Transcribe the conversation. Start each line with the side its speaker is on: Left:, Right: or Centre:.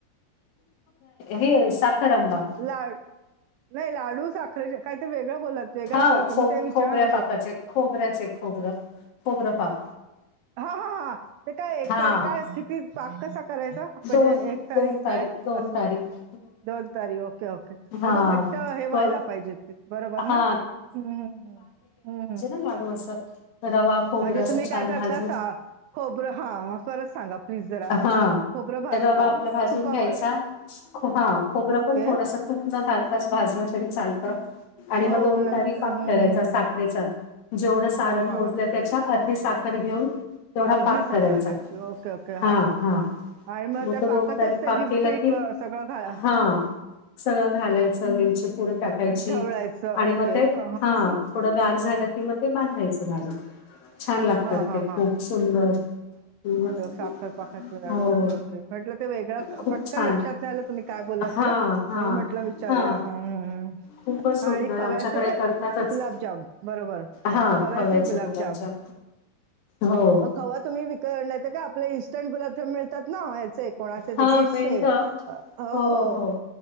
Left: हे साखरअंबा
Right: लाड, नही लाडू साखरेचे काहीतरी वेगळां बोलात वेगळां
Left: हा
Right: पदार्थ,
Left: खो
Right: मी ते विचारनार
Left: खोबऱ्या
Right: होते.
Left: पाकाचे खोबऱ्याचे खोबरं. खोबरं पाक.
Right: हा हा हा, ते काय एकतारी
Left: हा
Right: काय, किती पाक कसा करायचा? म्हणजे
Left: दोन
Right: एक तारीख
Left: दोन
Right: काय?
Left: दोन
Right: असं
Left: तारीख
Right: दोन तारीख, ओके-ओके.
Left: हा
Right: म तो घट्ट हे
Left: क
Right: व्हायला पाहिजेत, बरोबर
Left: हा
Right: ना? ह्म हम्म हम्.
Left: लाढू अस रवा खोबरं
Right: म्हणजे
Left: असं
Right: तुम्ही काय
Left: छान
Right: करता
Left: भाजून
Right: सा, खोबरं हन, परत सांगा. प्लीज जरा
Left: हा
Right: खोबरं भाजता
Left: रवा आपला भाजून
Right: तुपावर
Left: घ्यायचा, हा खोबरं
Right: ओके
Left: पण थोडस तूप नं घालता भाजलं तरी चालतं आणि
Right: हो
Left: मग दोन
Right: नंतर
Left: तारी पाक
Right: हम्म
Left: करायचा.
Right: हम्म
Left: रेचा जेवढं सारण
Right: हा हा
Left: मोजलं,
Right: हा
Left: त्याच्या अर्धी साखर घेऊन, तेवढा
Right: अर्धी
Left: पाक
Right: साखर
Left: करायचा.
Right: घ्यायची ओके ओके
Left: हा हा,
Right: आणि
Left: मग
Right: त्या
Left: त
Right: पाकातच
Left: दोन तारी
Right: ते
Left: पाक
Right: गी-
Left: केला
Right: पीठ
Left: की,
Right: व- सगळं घा
Left: हा सगळं घालायचं, वेलची पुढ टाकायची
Right: ढवळायचं
Left: आणि
Right: ओके
Left: मग ते
Right: अ,
Left: हां थोडं गाार झालं कि, मग ते बांधायचं लाडू. छान लागतात
Right: हां हां
Left: ते, खूप सुंदर <unintelligible>
Right: साखरपकातले लाडू,
Left: हो
Right: ओके-ओके म्हंटल ते वेगळं
Left: खूप
Right: पटकन
Left: छान
Right: लक्षात नाही आलं तुम्ही काय बोलात
Left: हा
Right: ते.
Left: हा
Right: म्हणून म्हटलं विचारूया
Left: हा
Right: ह्म ह्म
Left: खूपच सुंदर
Right: आणि खव्याचे
Left: आमच्याकडे करतातच
Right: गुलाबजाम बरोबर.
Left: हा
Right: खव्याचे गुलाब
Left: गुलाबजाम
Right: जाम
Left: हो
Right: म खवा तुम्ही विकत आणायचंका, आपलं इन्स्टंट गुलाब जाम मिळतात ना, बाहेर. चे कोणाचे
Left: हा
Right: ते गिटसचे?
Left: मिळत
Right: हो-हो.
Left: हो हो